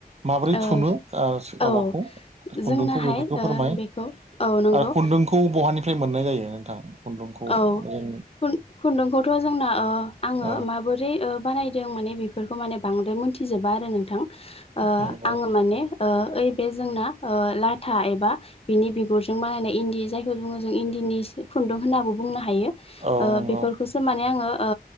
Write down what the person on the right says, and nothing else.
माबोरै
थुनो ओ
माबाखौ खुन्दुंखौ
बेफोरखौ
फोरमाय
ओ खुन्दुंखौ बहानिफ्राय मोननाय जायो नोंथां? खुन्दुंखौ
जों
औ
नंगौ
औ
नंगौ